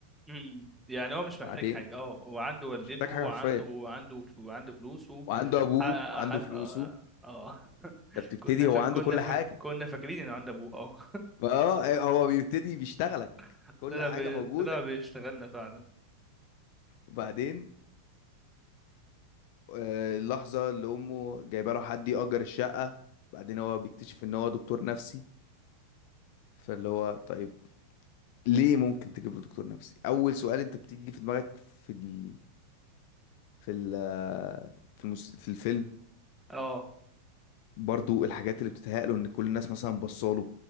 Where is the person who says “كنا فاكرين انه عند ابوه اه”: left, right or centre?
Centre